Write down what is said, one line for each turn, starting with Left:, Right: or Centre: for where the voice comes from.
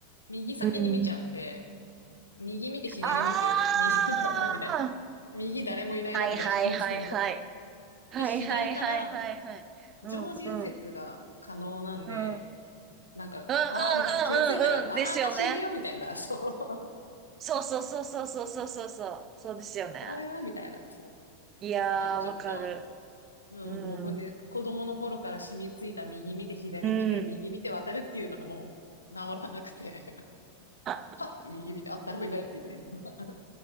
Left: 右先に見ちゃうんで、
Right: うん。
Left: 右見て左見て、
Right: あ
Left: 右見て渡るみたいな。
Right: あ
Left: 右誰もいないなみたいな、
Right: はいはいはいはい。
Left: いつも。
Right: はいはいはいはいはい。
Left: で、左から常時右折が可能なんで、
Right: うんうんうん。うんうん
Left: なんか、
Right: うんうんうん。
Left: ああ、みたいな。気がついたら、ああ、
Right: ですよね。
Left: 私いるよ、みたいな。そう。
Right: そうそうそうそうそうそうそうそう。そうですよね。
Left: <laughs> おいおい、みたいな。そう。
Right: いやー、
Left: だからちょっと、
Right: わかる。
Left: もうん、
Right: う
Left: もうほんで、
Right: ん。
Left: 子供の頃から染みついた右見て左見て、
Right: うん。
Left: 右見て渡るっていうのがもう治らなくて、<laughs>
Right: あ、
Left: はっって右見て、あ、誰もいない、みたいな。<laughs>